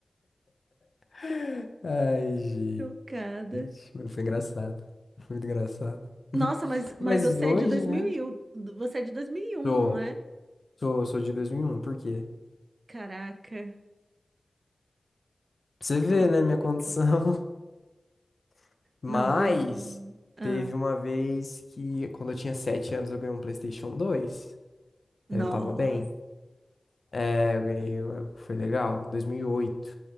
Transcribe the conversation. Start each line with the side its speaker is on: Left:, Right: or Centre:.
Left: <laughs> Ai, gente,
Right: chocada.
Left: mas foi engraçado. Foi muito engraçado.
Right: Nossa,
Left: <laughs>
Right: mas, mas
Left: Mas
Right: você
Left: hoje,
Right: é de 2001,
Left: né?
Right: você é de dois mil e um
Left: Sou,
Right: não é?
Left: sou, sou de 2001 por quê?
Right: Caraca.
Left: Pra você
Right: Caraca.
Left: ver, né, minha condição. <laughs> Mas
Right: Não, 2000. Ah,
Left: teve uma vez que, quando eu tinha 7 anos, eu ganhei um PlayStation 2.
Right: nossa.
Left: É, Eu tava bem. É, eu ganhei, eu- foi legal. 2008.